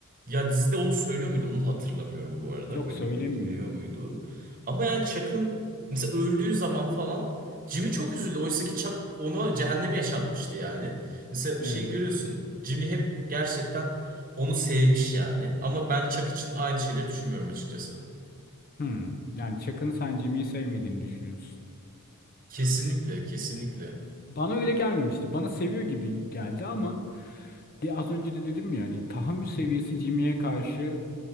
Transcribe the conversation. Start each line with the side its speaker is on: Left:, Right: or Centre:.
Right: Ya dizide onu söylüyor muydu? Onu da hatırlamıyorum bu arada.
Left: Yok
Right: Böyle
Left: söylemiyor.
Right: bir bilgi veriyor muydu? Ama yani Chuck'ın mesela öldüğü zaman falan Jimmy çok üzüldü. Oysa ki Chuck ona cehennemi yaşatmıştı yani. Mesela
Left: Evet.
Right: şey görüyorsun. Jimmy hep gerçekten onu sevmiş yani. Ama ben Chuck için aynı şeyleri düşünmüyorum açıkçası.
Left: Hmm. Yani Chuck'ın sen Jimmy'yi sevmediğini düşünüyorsun.
Right: Kesinlikle, kesinlikle.
Left: Bana öyle gelmemişti. Bana seviyor gibi geldi ama de az önce de dedim ya hani tahammül seviyesi Jimmy'ye karşı